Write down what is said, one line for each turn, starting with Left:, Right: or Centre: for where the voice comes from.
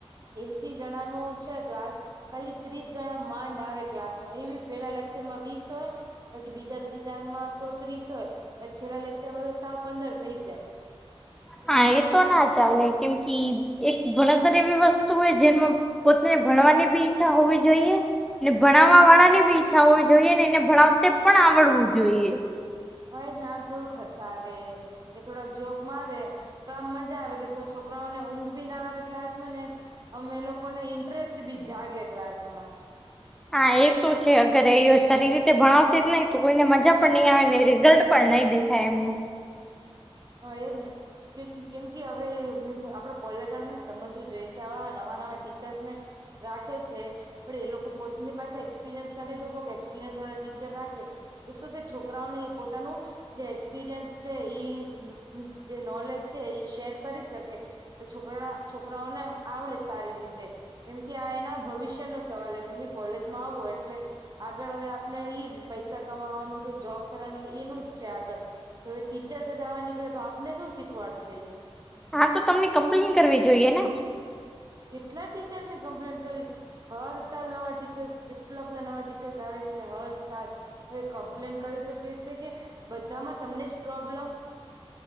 Right: એસી જણાનું છે ક્લાસ ખાલી ત્રીસ જણા માંડ આવે ક્લાસ માં એવી પેલા લેક્ચરમાં વીસ હોય પછી બીજા ત્રીજા ચાર માં તો ત્રીસ હોય પછી છેલ્લા લેકચરમાં તો સાવ પંદર થઈ જ જાય
Centre: હા એ તો ના ચાલે કેમ કે એક ભણતર એવી વસ્તુ હોય જેમાં પોતેને ભણવાની બી ઈચ્છા હોવી જોઈએ ને ભણાવવા વાળા ની બી ઈચ્છા હોવી જોઈએ ને એને ભણાવતે પણ આવડવું જોઈએ
Right: હય ના આમ થોડુંક ખસાવે કે થોડાક જોક મારે તો આમ મજા આવે કે છોકરાઓને ઊંઘ ભી ના આવે ક્લાસ માં ને અમે એ લોકોને ઇન્ટરેસ્ટ બી જાગે ક્લાસ માં
Centre: હા એ તો છે અગર એ સારી રીતે ભણાવશે જ ની તો કોઈને મજા પણ ની આવે ને રિઝલ્ટ પણ નઈ દેખાય એમનું
Right: હ એજ ને કેમ કે હવે મીન્સ આપણે કોલેજ વાળા ને સમજવું જોઈએ કે આવા નવા નવા ટીચર્સને રાખે છે પણ એ લોકો પોતાની પાસે એક્સપિરિયન્સ નથી કો એક્સપિરિયન્સ વાળા ટીચર રાખે તો શું કે છોકરાઓને પોતાનું જે એક્સપિરિયન્સ છે એ મીન્સ જે નોલેજ છે એ શેર કરી શકે છોકરા છોકરાઓને આમ આવડે સારી રીતે કેમ કે આ એના ભવિષ્ય નો સવાલ હ કેમ કે કોલેજમાં આવો એટલે આગળ હવે આપને ઈ જ પૈસા કમાવાનું કે જોબ કરવાનું એનું જ છે આગળ તો એ ટીચરસ જ આવા નીકળે તો આપને શું શીખવાડશે એ
Centre: હા તો તમને કમ્પ્લેન કરવી જોઈએ ને
Right: કેટલા ટીચર્સ ની કમ્પ્લેન કરી હર સાલ નવા ટીચર્સ કેટલા બધા નવા ટી ટીચર આવે છે હરસાલ હવે કમ્પ્લેન કર્યું તો કેશે કે બધામાં તમને જ પ્રોબ્લમ